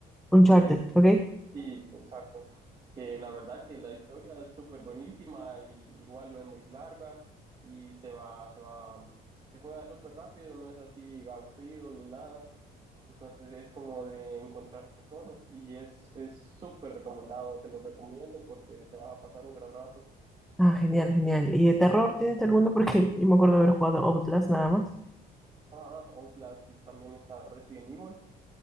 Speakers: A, in the centre; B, on the right (about 30°).
A: Uncharted,
B: que es,
A: ¿ok?
B: sí, exacto, que la verdad que la historia es súper buenísima y igual no es muy larga y se va, se va, mm, se juega súper rápido, no es así aburrido ni nada. Entonces es como de encontrar tesoros y es, es súper recomendado, te lo recomiendo porque te vas a pasar un gran rato.
A: Ah, genial, genial. ¿Y de terror tienes alguno? Porque yo me acuerdo haber jugado Outlast nada más.
B: ajá Outlast y también está Resident Evil.